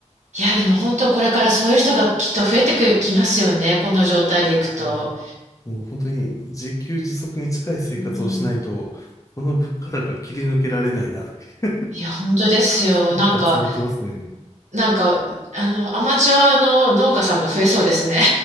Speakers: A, on the right; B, on the left.
A: いや、でも本当これからそういう人がきっと増えてく、きますよね。この状態でいくと。
B: いやーもう本当に自給自足に近い生活をしないと、
A: うん
B: この物価高切り抜けられないなって。<laughs>
A: いや、本当ですよ。
B: 切羽詰まってますね。
A: なんか、なんか、あの、アマチュアの農家さんが増えそうですね。